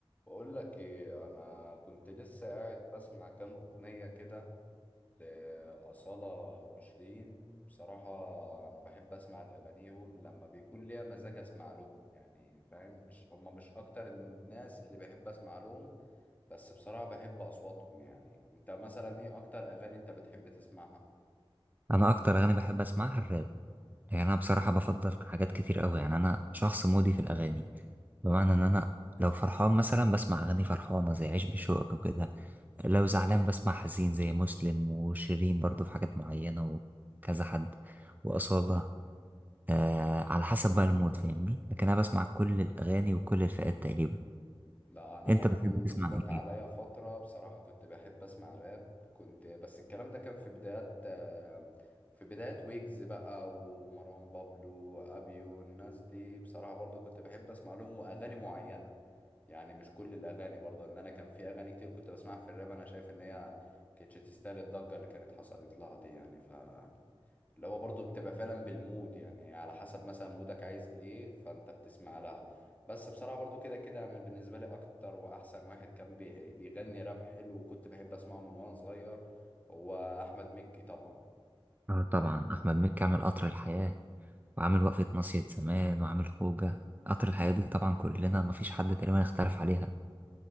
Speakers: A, on the left; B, on the right.
A: بقول لك ايه انا كنت لسه قاعد بسمع كام اغنيه كده لاصاله وشيرين بصراحه انا بحب اسمع لاغانيهم لما بيكون ليا مزاج اسمع لهم يعني فاهم مش هم مش اكتر الناس اللي بحب اسمع لهم بس بصراحه بحب اصواتهم يعني انت مثلا ايه اكتر اغاني انت بتحب تسمعها
B: انا اكتر اغاني بحب اسمعها الراب يعني انا بصراحه بفضل حاجات كتير قوي يعني انا شخص مودي في الاغاني بمعنى ان انا لو فرحان مثلا بسمع اغاني فرحانه زي عيش بشوقك وكده لو زعلان بسمع حزين زي مسلم وشيرين برضو في حاجات معينه وكذا حد واصاله آه على حسب بقى المود فاهمني لكن انا بسمع كل الاغاني وكل الفئات تقريبا
A: لا انا
B: انت
A: برضو
B: بتحب تسمع
A: جت عليا
B: ايه
A: فتره بصراحه كنت بحب اسمع راب كنت بس الكلام ده كان في بدايات آه، في بدايات ويجز بقى ومروان بابلو ابيو الناس دي بصراحه برضو كنت بحب اسمع لهم واغاني معينه يعني مش كل الاغاني برضو ان انا كان في اغاني كتير كنت بسمعها في الراب انا شايف ان هي كانتش تستاهل الضجه اللي كانت حصلت لها دي يعني ف اللي هو برضه بتبقى فعلا بالمود يعني على حسب مثلا مودك عايز ايه فانت بتسمع لها بس بصراحة برضه كده كده انا بالنسبة لي اكتر واحسن واحد كان بي- بيغني راب حلو وكنت بحب اسمعه من وانا صغير هو احمد مكي طبعا
B: اه طبعا احمد مكي عامل قطر الحياه وعامل وقفة مصيد زمان وعامل خوجة قطر الحياة دي طبعا كلنا مفيش حد تقريبا اختلف عليها